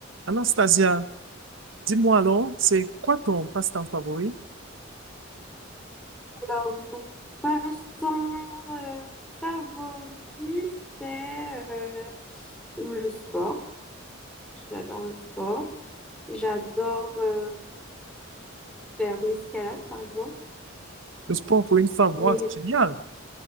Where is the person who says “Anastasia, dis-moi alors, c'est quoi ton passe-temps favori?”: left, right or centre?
Right